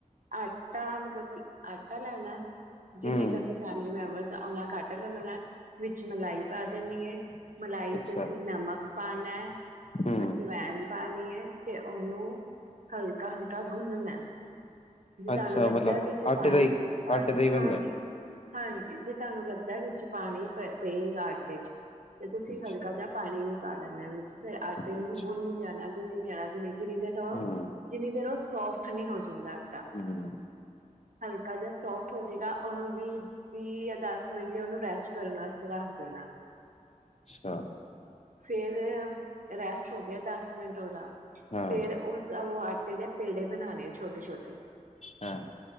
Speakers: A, on the right (about 75°); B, on the left (about 55°).
A: ਆਟਾ ਮਤਲਬ ਕਿ ਆਟਾ ਲੈਣਾ ਜਿੰਨੇ
B: ਹਮ
A: ਕੁ ਅਸੀਂ ਫੈਮਿਲੀ ਮੈਂਬਰ ਓਨਾ ਕਿ ਆਟਾ ਲੈ ਲੈਣਾ ਵਿੱਚ ਮਲਾਈ ਪਾ ਦੇਣੀ ਹੈ ਮਲਾਈ
B: ਅੱਛਾ
A: ਚ ਅਸੀਂ ਨਮਕ ਪਾਨ ਹੈ।
B: ਹਮ
A: ਅੱਛਾ ਵੈਨ। ਪਾਣੀ ਐ ਤੇ ਉਹਨੂੰ ਹਲਕਾ ਹਲਕਾ ਗੁੰਨਣਾ ਐ। ਜੇ
B: ਅੱਛਾ
A: ਤੁਹਾਨੂੰ ਲੱਗਦਾ
B: ਮਤਲਬ
A: ਐ ਵਿੱਚ
B: ਆਟੇ
A: ਪਾਣੀ
B: ਦਾ ਹੀ
A: ਪਾਣੀ
B: ਆਟੇ ਦਾ ਹੀ ਬਣਦਾ
A: ਹਾਂਜੀ। ਹਾਂਜੀ ਜੇ ਤੁਹਾਨੂੰ ਲੱਗਦਾ ਐ ਵਿੱਚ ਪਾਣੀ ਪਏਗਾ ਆਟੇ ਚ। ਤੇ ਤੁਸੀਂ
B: ਅੱਛਾ
A: ਹਲਕਾ ਜਿਹਾ ਪਾਣੀ ਵੀ ਪਾ ਲੈਣਾ ਵੀ ਫਿਰ ਆਟੇ ਨੂੰ
B: ਅੱਛਾ
A: ਗੁੰਨੀ ਜਾਣਾ। ਗੁੰਨੀ ਜਾਣਾ ਗੁੰਨੀ ਜਿਨੀ ਦੇਰ ਨੂੰ ਉਹ
B: ਹਮ
A: ਜਿਨੀ ਦੇਰ ਉਹ ਸੋਫਟ ਨਹੀਂ ਹੋ ਜਾਂਦਾ। ਆਟਾ
B: ਹੂੰ।
A: ਹਲਕਾ ਜਿਹਾ ਸੋਫਟ ਹੋ ਜਾਏਗਾ। ਉਹਨੂੰ ਵੀਹ ਵੀਹ ਜਾਂ ਦਸ ਮਿੰਟ ਲਈ ਉਹਨੂੰ ਰੈਸਟ ਕਰਨ ਵਾਸਤੇ ਰੱਖ ਦੇਣਾ।
B: ਅੱਛਾ।
A: ਫੇਰ ਰੈਸਟ ਹੋ ਗਿਆ, ਦਸ ਮਿੰਟ ਉਹਦਾ। ਫੇਰ
B: ਹਾਂ
A: ਉਸ ਉਹ ਟੇ ਦੇ ਪੇੜੇ ਬਣਾਉਣੇ ਆ ਛੋਟੇ-ਛੋਟੇ।
B: ਹਾਂ।